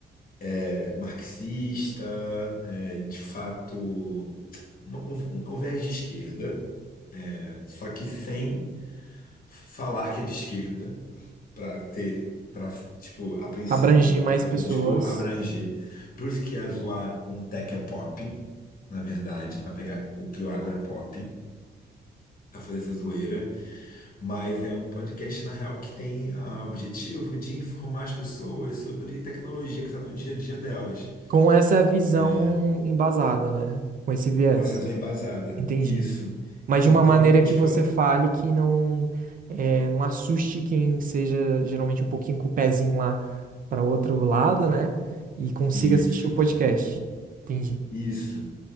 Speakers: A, on the left (about 50°); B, on the right (about 50°).
A: é, marxista, é, de fato, um, um um viés de esquerda, é, só que sem falar que é de esquerda para ter para tipo a princípio
B: Abrangir mais
A: pegar
B: pessoas
A: tudo tipo abranger por isso que ia zoar com o tech é pop na verdade para pegar o que o agro é pop para fazer essa zoeira mas é um podcast na real que tem ah, o objetivo de informar as pessoas sobre tecnologia que está no dia a dia delas
B: com essa visão
A: É,
B: embasada, né? Com esse viés.
A: com essa visão embasada
B: Entendi.
A: isso
B: mas
A: então
B: de uma maneira que
A: tipo
B: você fale que não é, não assuste quem seja geralmente um pouquinho com o pezinho lá para outro lado, né? E consiga
A: isso
B: assistir o podcast. Entendi.
A: isso